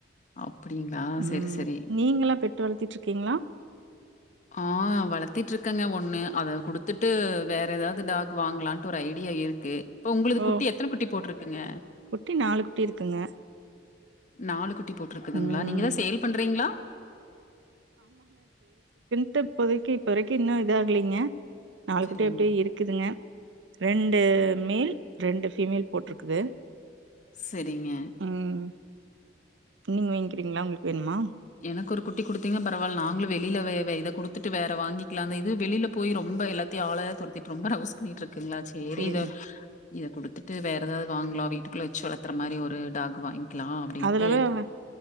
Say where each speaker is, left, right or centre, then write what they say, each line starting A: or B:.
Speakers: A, on the left; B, on the right.
A: அப்டிங்களா?
B: உம்
A: சரி, சரி.
B: நீங்களாம் பெட்டு வளத்திட்டு. ஓகேங்களா.
A: ஆஹ வளத்திட்டு இருக்கேங்க ஒண்ணு அத குடுத்துட்டு வேற எதாவது டாக் வாங்கலான்ட்டு ஒரு ஐடியா இருக்கு. இப்ப உங்களது
B: ஓ
A: குட்டி எத்தன குட்டி போட்டிருக்குங்க.
B: குட்டி நாலு குட்டி இருக்குங்க
A: நாலு குட். டி போட்டுருக்குதுங்களா
B: ம்
A: நீங்க எதா சேல் பண்றீங்களா.
B: இட் இப்போதைக்கு இப்போ வரைக்கும் இன்னும் இது ஆகலீங்க. நாலு
A: சரிங்க,
B: குட்டு எப்படி இருக்குதுங்க ரெண்டு. மேல் ரெண்டு ஃபீமேல் போட்டிருக்குது.
A: சேரிங்க.
B: ம். நீங்க வாங்கிக்கிறீங்களா உங்களுக்கு வேணுமா.
A: எனக்கு ஒரு குட்டி குடுத்தீங்கனா பரவால்ல நாங்களும் வெளியில வே இத குடுத்துட்டு வேற வாங்கிக்கலாங்க இது வெளியில போய் ரொம்ப எல்லாத்தையும் ஆள தொரத்திட்டு ரொம்ப ரவுஸ். பண்ணிட்டு இருக்குங்களா சேரி
B: சரிங்க.
A: இத. இத குடுத்துட்டு வேற ஏதாவது வாங்கலா வீட்டுக்குள்ள வச்சு வளத்தற மாரி ஒரு டாகு வாங்கி. க்குலா அப்படின்ட்டு.
B: அதுலலாம்